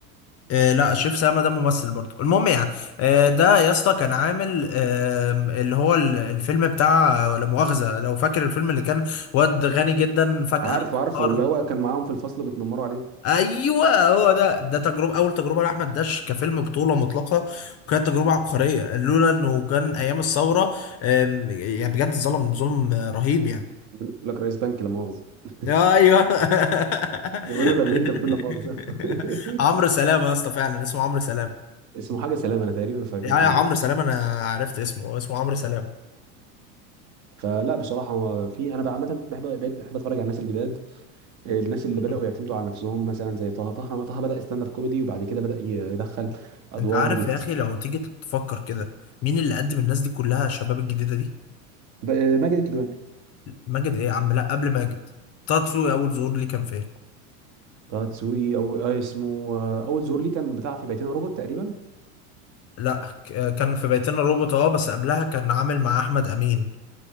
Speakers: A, on the left; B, on the right.
A: آه، لا شريف سلامة ده ممثل برضه المهم يعني آه، ده يا اسطى كان عامل آه، اللي هو ال- الفيلم بتاع آه، لا مؤاخذة لو فاكر الفيلم اللي كان واد غني جدا فجأة
B: عارفه عارفه
A: فقر.
B: اللي هو كان معاهم في الفصل بيتنمروا عليه
A: ايوه هو ده ده تجربه اول تجربه لاحمد داش كفيلم بطوله مطلقه وكانت تجربه عبقريه لولا انه كان ايام الثوره أم، يعني بجد ظلم ظلم رهيب يعني
B: بيقول لك رئيس بنك لا مؤاخذه <laughs>
A: ايوه <laughs>
B: بيقول له طب ليه انت بتقول لا مؤاخذه <laughs>
A: عمرو سلام يا اسطى فعلا اسمه عمرو سلام
B: اسمه حاجه سلامه انا تقريبا فاكر
A: يا يا
B: كده
A: عمرو سلام انا عرفت اسمه هو اسمه عمرو سلام
B: فلا بصراحه هو في انا بقى عامه بحب بقيت بحب اتفرج على الناس الجداد الناس اللي بدأوا
A: م.
B: يعتمدوا على نفسهم مثلا زي طه طه طه بدأ ستاند اب كوميدي وبعد كده بدأ يدخل
A: <laughs>
B: أدوار
A: انت عارف
B: للقصة
A: يا اخي لو تيجي تفكر كده مين اللي قدم الناس دي كلها الشباب الجديده دي
B: بقى ماجد الكدواني
A: ماجد ايه يا عم لا قبل ماجد طه دسوقي اول ظهور ليه كان فين
B: طه دسوقي أو آه اسمه آه، أول ظهور ليه كان بتاع في بيتنا روبوت تقريبا
A: لا ك- كان في بيتنا روبوت اه بس قبلها كان عامل مع احمد امين